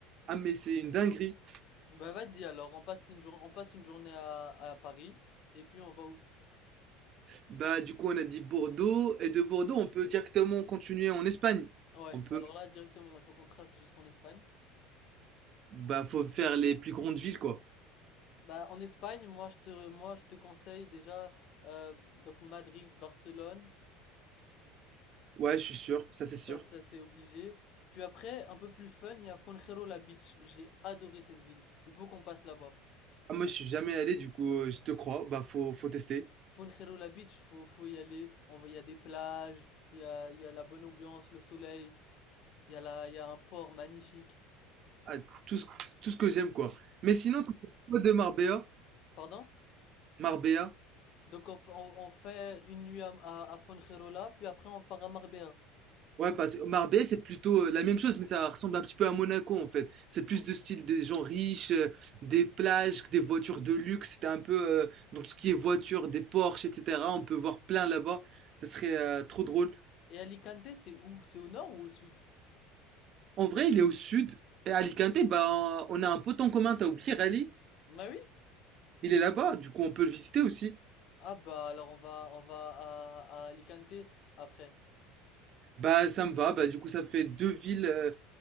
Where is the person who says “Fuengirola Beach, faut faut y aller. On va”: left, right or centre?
Left